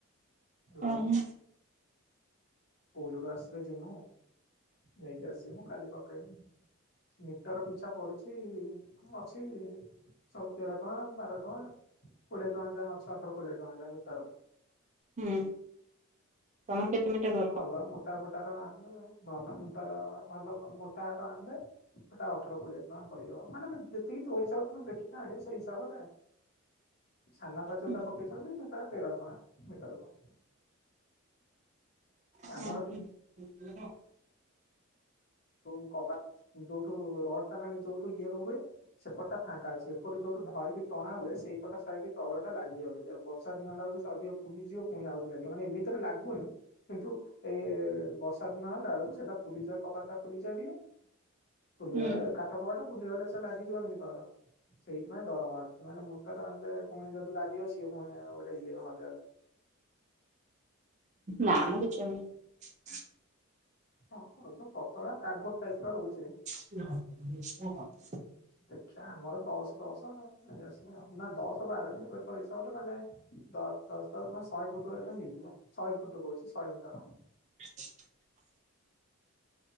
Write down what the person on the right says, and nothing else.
ଓହୋ।
ହୁଁ ତମର କେତେ ମିିଟର?
ହଁ
ହଁ
ହଁ
ହଁ।
ନା ମ କିଛି ହବନି।
<inaudible>
<inaudible>